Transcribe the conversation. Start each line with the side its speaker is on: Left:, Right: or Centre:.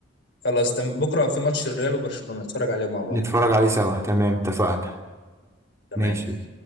Left: خلاص تمام بكره في ماتش الريال وبرشلونه نتفرج عليه مع بعض
Right: نتفرج عليه سوا تمام اتفقنا
Left: تمام
Right: ماشي